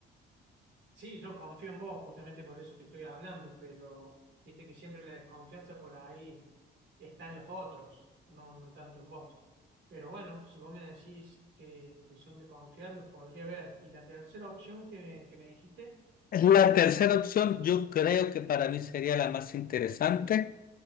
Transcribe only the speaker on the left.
La tercera opción yo creo que para mí sería la más interesante.